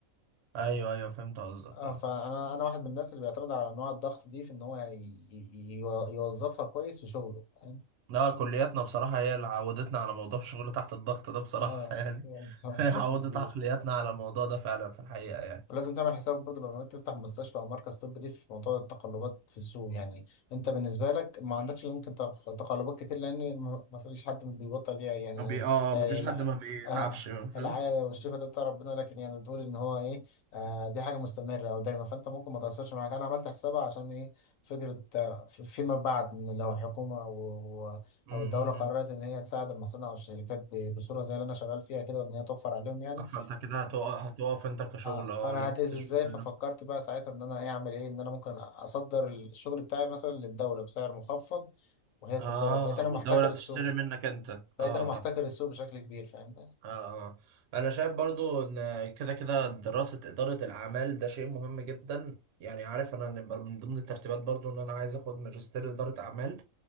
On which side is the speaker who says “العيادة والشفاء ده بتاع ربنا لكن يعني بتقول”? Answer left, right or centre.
Left